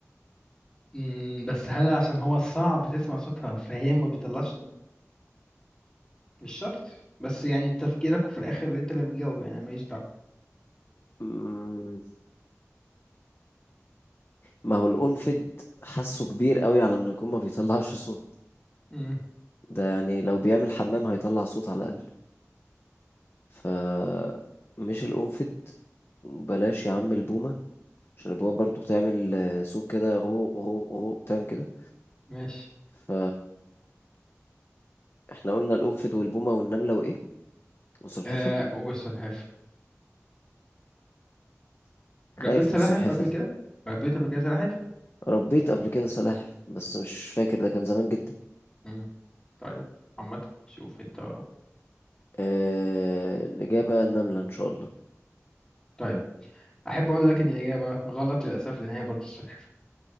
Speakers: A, on the left (about 15°); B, on the left (about 50°).
A: مم، بس هل عشان هو صعب تسمع صوتها فهي ما بتطلعش صوت مش شرط بس يعني تفكيرك وفي الاخر انت اللي بتجاوب يعني أنا ماليش دعوه
B: مم، ما هو القنفد حاسه كبير قوي على إنه يكون ما بيطلعش صوت
A: مم،
B: ده يعني لو بيعمل حمام هيطلع صوت على الأقل ف مش القنفد بلاش يا عم البومة عشان البومة برضو بتعمل آه، صوت كده غو غو غو بتعمل كده
A: ماشي
B: ف احنا قلنا القنفد والبومة والنملة وإيه والسلحفة
A: آه وسلحفاه
B: خايف
A: ربيت سلاحف
B: من السلحفة
A: قبل
B: دي
A: كده ربيت قبل كده سلاحف
B: ربيت قبل كده سلاحف بس مش فاكر ده كان زمان جدا
A: مم. طيب عامة شوف انت
B: اه... الإجابة النملة إن شاء الله
A: طيب احب اقول لك ان الاجابه غلط للاسف لان هي برضه السلحفاه